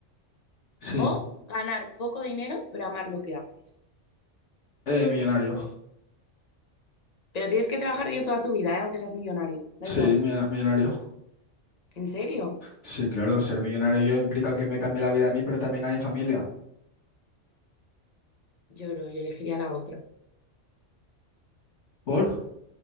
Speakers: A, on the left; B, on the left.
A: sí.
B: ¿O ganar poco dinero, pero amar lo que haces?
A: Eh, millonario.
B: Pero tienes que trabajar yo toda tu vida, ¿eh? Aunque seas millonario, da
A: Sí,
B: igual.
A: millona- millonario.
B: ¿En serio?
A: Sí, claro, ser millonario yo implica que me cambie la vida a mí, pero también a mi familia.
B: Lloro, yo elegiría la otra.
A: ¿Por?